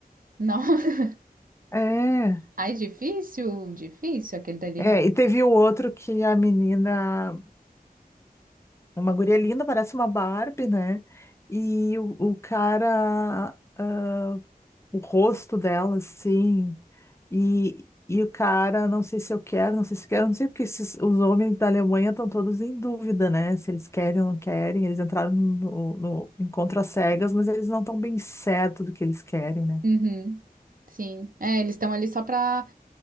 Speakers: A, on the right; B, on the left.
A: Não, <laughs>
B: É,
A: ai, difícil, difícil aquele dali
B: é,
A: realmente.
B: e teve o outro que a menina, uma guria linda, parece uma Barbie, né? E o, o cara, ah, o rosto dela, assim, e, e o cara, não sei se eu quero, não sei se quero, não sei porque esses, os homens da Alemanha estão todos em dúvida, né? Se eles querem ou não querem, eles entraram no, no encontro às cegas, mas eles não estão bem certo do que eles querem, né?
A: Uhum, sim. É, eles estão ali só para